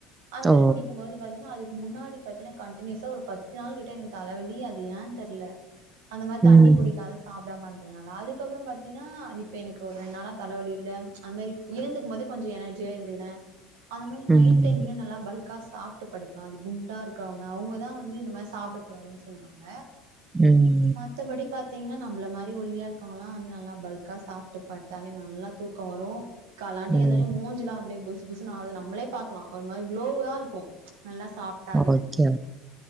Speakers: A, on the right (about 75°); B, on the right (about 20°).
A: அந்த மாரி
B: ஓ!
A: குடிக்கு போது பாத்தீங்கன்னா அதுக்கு முன்னாடி பாத்தீன்னா கன்டினியூசா ஒரு பத்து நாள் கிட்ட எனக்கு தலவலி அது ஏன்னு தெர்ல அந்த மாரி
B: ம்,
A: தண்ணி குடிக்காத சாப்பிடாம இருந்ததுனால அதுக்கப்றோ பாத்தீங்கன்னா இப்ப எனக்கு ஒரு ரெண்நாளா தலவலி இல்ல அது மாரி எழுந்துக்கு போதே கொஞ்சோ எனர்ஜியா எந்திர்க்குற அந்த மாரி
B: ம்,
A: நைட் டைம் நல்லா பல்க் க்கா சாப்ட்டு படுக்கலா அது குண்டா இருக்கவங்க அவங்கதா வந்து இந்த மாரி சாப்ட்டக் கூடாதுன்னு சொல்லுவாங்க
B: ம்
A: மத்தபடி பாத்தீங்கன்னா நம்மள மாரி ஒல்லியா இருக்கவங்கெல்லா வந்து நல்லா பல்கா சாப்ட்டு படுத்தாலே நல்லா தூக்க கம் வரு கால்லாட்டி
B: ம்.
A: எழுந்தேன்னே மூஞ்சேலா அப்டியே புஷ் புஷ் புஷ்னு ஆவுது நம்மளே பாக்கலா ஒரு மாரி குளோவா இருக்கு நல்லா சாப்ட்டாலே
B: ஓகே.